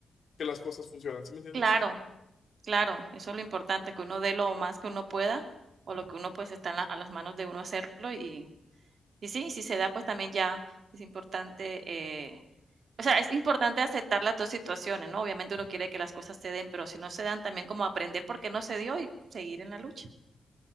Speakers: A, on the left; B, on the right.
A: que las cosas funcionen, ¿sí me entiendes?
B: claro, claro, eso es lo importante, que uno dé lo más que uno pueda o lo que uno pues está en la- a las manos de uno hacerlo y, y sí, si se da pues también ya es importante, eh, o sea, es importante aceptar las dos situaciones, ¿no? Obviamente uno quiere que las cosas se den, pero si no se dan también como aprender por qué no se dio y seguir en la lucha.